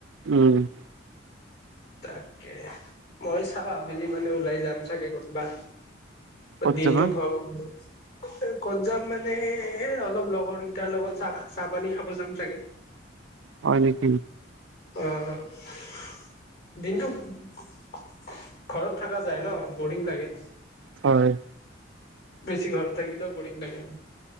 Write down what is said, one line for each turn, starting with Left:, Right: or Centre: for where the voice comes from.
Right: উম।
Left: তাকে, মই চাওঁ আবেলি মানে ওলাই যাম চাগে ক'তবা।
Right: ক'ত
Left: দিনটো
Right: যাবা
Left: ঘৰ ক'ত যাম মানে, এ অলপ লগৰকেইটাৰ লগত চাহ-চাহ পানী খাব যাম চাগে।
Right: হয় নেকি?
Left: অহ। দিনতটো ঘৰত থকা যায় ন' বৰিং লাগে।
Right: হয়।
Left: বেছি ঘৰত থাকিলেও বৰিং লাগে।